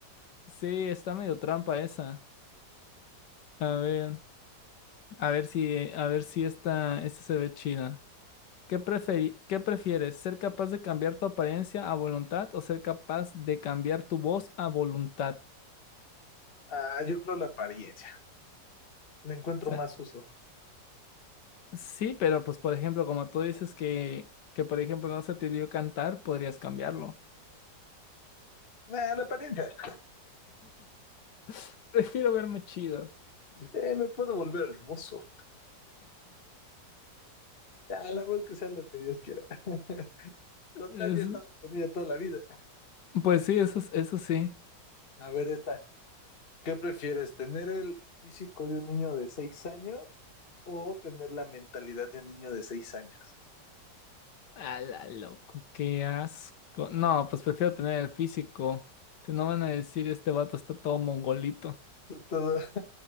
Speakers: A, on the left (about 70°); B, on the left (about 35°).
A: Sí, está medio trampa esa. A ver, a ver si, a ver si esta, esta se ve chida. ¿Qué preferi- qué prefieres? ¿Ser capaz de cambiar tu apariencia a voluntad o ser capaz de cambiar tu voz a voluntad?
B: Ah, yo creo la apariencia. Le encuentro
A: O sea,
B: más uso.
A: sí, pero pues por ejemplo, como tú dices que, que por ejemplo no se te dio cantar, podrías cambiarlo.
B: Ah, la apariencia.
A: <laughs> Prefiero verme chido.
B: Eh, me puedo volver hermoso. Ah, la voz que sea lo que Dios quiera. <laughs> Total,
A: Es-
B: yo he estado con ella toda la vida.
A: pues sí, eso, es- eso sí.
B: A ver, esta. ¿Qué prefieres? ¿Tener el físico de un niño de seis años o tener la mentalidad de un niño de seis años?
A: A la loco, qué asco. No, pues prefiero tener el físico. Si no van a decir, este vato está todo mongolito,
B: Está Todo